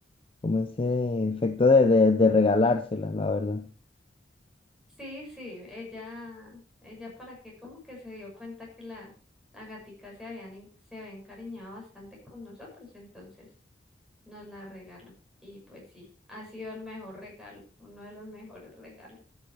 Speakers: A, on the left; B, in the centre.
A: como ese efecto de, de, de regalárselas, la verdad.
B: Sí, sí, ella, ella para qué, como que se dio cuenta que la, la gatica se habían, en- se había encariñado bastante con nosotros, entonces. nos la regaló. Y pues sí, ha sido el mejor regalo, uno de los mejores regalos.